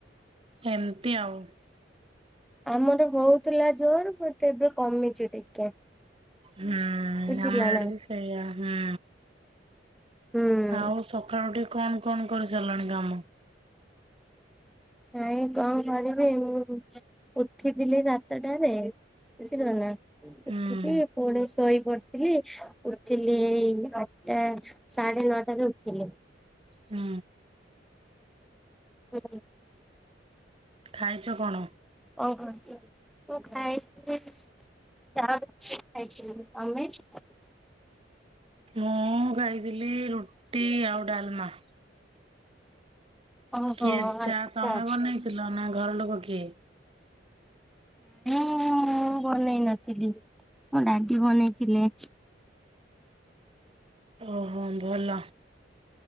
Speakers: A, on the right (about 30°); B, in the centre.
A: ଏମିତି ଆଉ।
B: ଆମର ହଉଥିଲା ଜୋର ପୁଣିତ ଏବେ କମିଛି ଟିକେ।
A: ହୁଁ
B: ବୁଝିଲ
A: ଆମ ଆଡେ
B: ନା?
A: ବି ସେୟା ହୁଁ।
B: ହୁଁ।
A: ଆଉ ସକାଳୁ ଟିକେ କଣ କଣ କରି ସାରିଲାଣି କାମ?
B: ନାଇଁ କଣ କରିବି ମୁଁ ଉଠିଥିଲି ସାତଟାରେ। ବୁଝିଲ ନା
A: ହୁଁ
B: ଉଠିକି ପୁଣି ଶୋଇ ପଡିଥିଲି ଉଠିଲି ଏଇ ଆଠଟା ସାଢେ ନଅଟାରେ ଉଠିଲି।
A: ହୁଁ।
B: ହ
A: ଖାଇଛ କଣ?
B: ଓହୋ <inaudible> ତୁ ଖାଇଛ <unintelligible>
A: ମୁଁ ଖାଇଥିଲି ରୁଟି ଆଉ ଡାଲମା।
B: ଓହୋ
A: କିଏ ଚା
B: ଆଚ୍ଛା
A: ତମେ ବନେଇଥିଲ ନା ଘର ଲୋକ କିଏ?
B: ହଁ ମୁଁ ବନେଇ ନଥିଲି ମୋ ଡାଡି ବନେଇଥିଲେ।
A: ଓହୋ ଭଲ